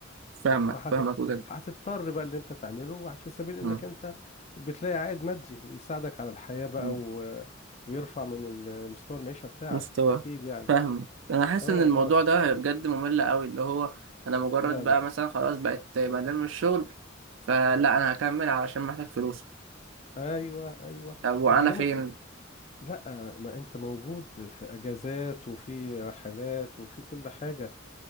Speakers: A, on the right; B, on the left.
A: فاهمك
B: فهتض...
A: فاهمك بجد
B: هتضطر بقى اللي انت تعمله في سبيل انك
A: مم.
B: انت بتلاقي عائد مادي يساعدك على الحياة بقى
A: مم.
B: و... ويرفع من ال- مستوى المعيشة بتاعك
A: مستوى
B: اكيد يعني
A: فاهمك انا حاسس
B: اه
A: ان الموضوع
B: اه
A: ده بجد ممل قوي اللي هو انا مجرد
B: لا
A: بقى
B: لا
A: مثلا خلاص بقت بعدين من الشغل فلا انا هكمل علشان محتاج فلوس
B: ايوه ايوه
A: طب وانا
B: وبعدين
A: فين
B: ما ت... لا ما انت موجود في اجازات وفي رحلات وفي كل حاجة